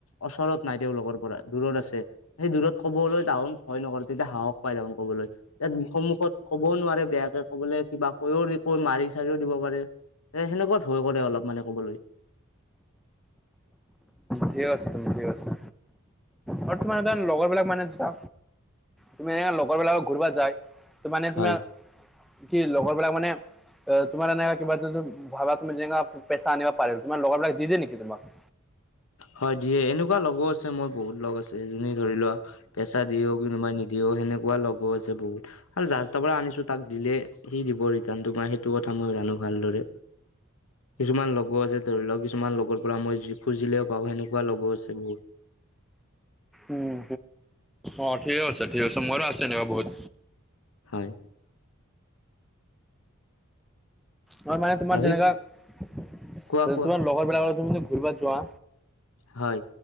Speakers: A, on the left; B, in the centre.
A: ওচৰত- নাই তেওঁলোকৰ পৰা দূৰত আছে। সেই দূৰত ক'বলৈ দাহন ভয় নকৰে তেতিয়া সাহস পায় দাহন ক'বলৈ। ইয়াত সন্মুখত ক'বও নোৱাৰে বেয়াকে ক'বলে কিবা কৈও কৈ মাৰি চাৰিও দিব পাৰে। এ সেনেকুৱা ভয় কৰে অলপ মানে ক'বলৈ।
B: ঠিকে কৈছা তুমি ঠিকে কৈছা আৰু তোমাৰ লগৰ বিলাক মানে যা তুমি এনে লগৰবিলাক ঘূৰিব যায় ত' মানে
A: হয়
B: তোমা কি লগৰবিলাক মানে এ তোমাৰ এনেকা কিবা ভাবা তুমি যেনিবা পেচা আনিব পাৰিল তোমাৰ লগৰবিলাক দি দিয়ে নেকি তোমাক?
A: হয় দিয়ে এনেকুৱা লগৰো আছে মোৰ বহুত লগ আছে যোনে ধৰি লোৱা পেচা দিয়েও কোনোবা নিদিয়েও সেনেকুৱা লগৰো আছে বহুত। আৰু যাৰ তাৰ পৰা আনিছো তাক দিলে সি দিব ৰিটাৰ্ণটো মই সেইটো কথা মই জানো ভালদৰে। কিছুমান লগো আছে ধৰি লোৱা কিছুমান লগৰ পৰা মই যি খুজিলেও পাওঁ। আৰু সেনেকুৱা লগৰো আছে বহুত।
B: উম, অ ঠিকে আছে ঠিক আছে মোৰো আছে এনেকুৱা বহুত।
A: হয়।
B: মোৰ মানে তোমাৰ
A: বাকী
B: যেনেকা তোমাৰ
A: কোৱা কোৱা
B: লগৰ বিলাকৰ লগত তুমি যে ঘূৰিব যোৱা
A: হয়।